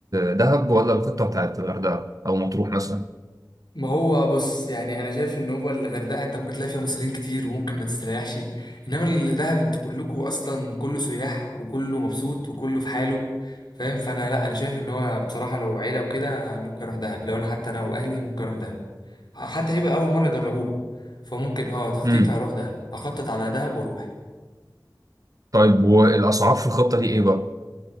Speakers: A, on the right; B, on the left.
A: دهب ولا الخطه بتاعت الغردقه او مطروح مثلا
B: ما هو بص يعني انا شايف ان هو الغردقه انت ممكن تلاقي فيها مصريين كتير وممكن ما تستريحش انما الدهب انتوا كلكوا اصلا كله سياح وكله مبسوط وكله في حاله فاهم فانا لا انا شايف ان هو بصراحه لو عيله وكده ممكن اروح دهب لو انا حتى انا واهلي ممكن اروح دهب حتى هيبقى اول مره يجربوها فممكن اه تخطيط
A: امم
B: هروح دهب اخطط على دهب واروح
A: طيب والاسعار في الخطه دي ايه بقى